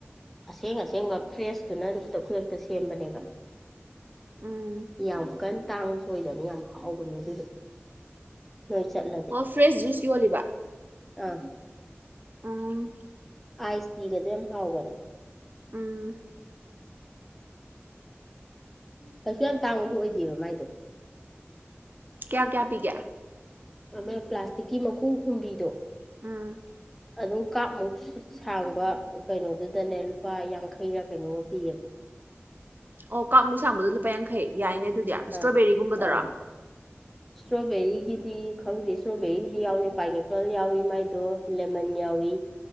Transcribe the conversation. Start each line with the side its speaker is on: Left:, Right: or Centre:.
Centre: ꯑꯁꯦꯡ ꯑꯁꯦꯡꯕ ꯐ꯭ꯔꯦꯁꯇꯨꯅ ꯑꯗꯨ ꯈꯨꯗꯛ ꯈꯨꯗꯛꯇ ꯁꯦꯝꯕꯅꯦꯕ
Right: ꯎꯝ
Centre: ꯌꯥꯝ ꯀꯟ ꯇꯥꯡꯕꯁꯨ ꯑꯣꯏꯗꯕꯅꯦ ꯌꯥꯝ ꯍꯥꯎꯕꯅꯦ ꯑꯗꯨꯗꯣ ꯅꯣꯏ ꯆꯠꯂꯗꯤ
Right: ꯑꯣ ꯐ꯭ꯔꯦꯁ ꯖꯨꯁ ꯌꯣꯜꯂꯤꯕ
Centre: ꯑ
Right: ꯎꯝ
Centre: ꯑꯥꯏꯁꯇꯤꯒꯗꯨ ꯌꯥꯝ ꯍꯥꯎꯕꯅꯦ
Right: ꯎꯝ
Centre: ꯀꯩꯁꯨ ꯌꯥꯝ ꯇꯥꯡꯕꯁꯨ ꯑꯣꯏꯗꯦꯕ ꯃꯥꯏꯗꯣ
Right: ꯀꯌꯥ ꯀꯌꯥ ꯄꯤꯒꯦ
Centre: ꯑꯃ ꯍꯦꯛꯇ ꯌꯥꯢ ꯄ꯭ꯂꯥꯁꯇꯤꯛꯀꯤ ꯃꯈꯨꯝ ꯈꯨꯝꯕꯤꯗꯣ
Right: ꯎꯝ
Centre: ꯑꯗꯨꯝ ꯀꯥꯞꯃꯨꯛ ꯁꯥꯡꯕ ꯀꯩꯅꯣꯗꯨꯗꯅꯦ ꯂꯨꯄꯥ ꯌꯥꯡꯈꯩꯔ ꯀꯩꯅꯣꯃ ꯄꯤꯌꯦꯕ
Right: ꯑꯣ ꯀꯥꯞꯃꯨꯛ ꯁꯥꯥꯡꯕꯗꯣ ꯂꯨꯄꯥ ꯌꯥꯡꯈꯩ ꯌꯥꯏꯅꯦ ꯑꯗꯨꯗꯤ ꯏꯁꯇ꯭ꯔꯣꯕꯦꯔꯤꯒꯨꯝꯕꯗꯔꯣ
Centre: ꯑꯥ ꯑꯥ ꯏꯁꯇ꯭ꯔꯣꯕꯦꯔꯤꯒꯤꯗꯤ ꯈꯪꯗꯦ ꯏꯁꯇ꯭ꯔꯣꯕꯦꯔꯤꯒꯤꯗꯤ ꯌꯥꯎꯗꯦ ꯄꯥꯏꯅꯦꯄꯜ ꯌꯥꯎꯏ ꯃꯥꯏꯗꯣ ꯂꯦꯃꯟ ꯌꯥꯎꯏ